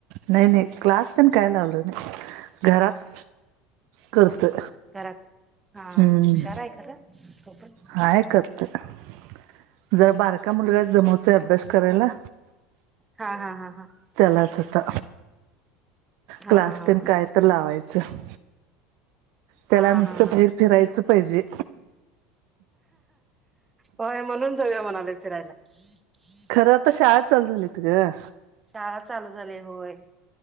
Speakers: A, on the right; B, on the right.
A: नाही नाही. क्लास तन काय लावलं नाही. घरात करतोय.
B: घरात हा
A: हम्म
B: हा. हुशार आहे खरा. तो पण.
A: हाय करतोय जरा बारका मुलगा जमवतोय. अभ्यास करायला.
B: हा हा हा हा.
A: त्यालाच आता.
B: हा
A: क्लास तेन काय तर लावायचं. त्याला
B: हा
A: नुसतं.
B: हा हा
A: बाहीर फिरायचं पाहिजे.
B: होय, म्हणून जाऊया म्हणाले फिरायला. ह ह <inaudible>
A: खरं अता. शाळा चालू झाली त ग.
B: शाळा चालू झाली होय.